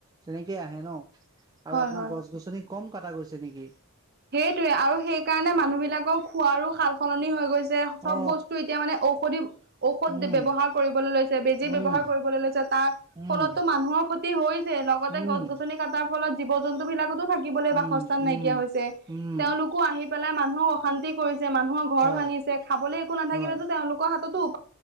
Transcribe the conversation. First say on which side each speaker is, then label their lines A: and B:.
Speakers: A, on the right; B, on the right.
A: তেনেকে আহে ন আৰু
B: হয়
A: আপোনাৰ
B: হয়
A: গছ গছনি কম কাটা গৈছে নেকি
B: সেইটোৱে আৰু সেই কাৰণে মানুহ বিলাকৰ খোৱাৰো সাল সলনি হৈ গৈছে যে চব
A: অ
B: বস্তু এতিয়া মানে ঔষধি ঔষধ
A: উম
B: বে ব্যৱহাৰ কৰিবলৈ লৈছে বেজি
A: উম
B: ব্যৱহাৰ কৰিবলৈ লৈছে তাৰ
A: উম
B: ফলতো মানুহৰ ক্ষত তি হৈছে লগতে
A: উম
B: গছ গছনি কাটাৰ ফলত জীৱ জন্তু বিলাকতো থাকিবলৈ বাসস্থান
A: উম উম
B: নাইকিয়া হৈছে
A: উম
B: তেওঁলোকো আহি পেলাই মানুহক অশান্তি কৰিছে মানুহৰ ঘৰ
A: হয়
B: ভাঙিছে খাবলৈ একো নাথাকিলেতো
A: হয়
B: তেওঁলোকৰ হাত তটো